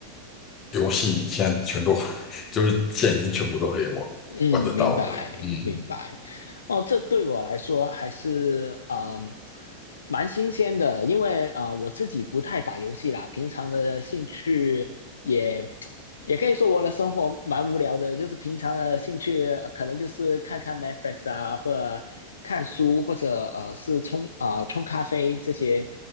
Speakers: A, on the left (about 30°); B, on the left (about 70°).
A: 游戏现在全都 <laughs> 就是现在已经全部都可以玩玩得到了。
B: 嗯，明白明白。
A: 嗯
B: 哦，这对我来说还是嗯蛮新鲜的，因为啊、呃我自己不太打游戏啦，平常的兴趣也也可以说我的生活蛮无聊的，就是平常的兴趣、呃可能就是看看 Netflix 啊，或者看书，或者呃是冲啊、呃冲咖啡这些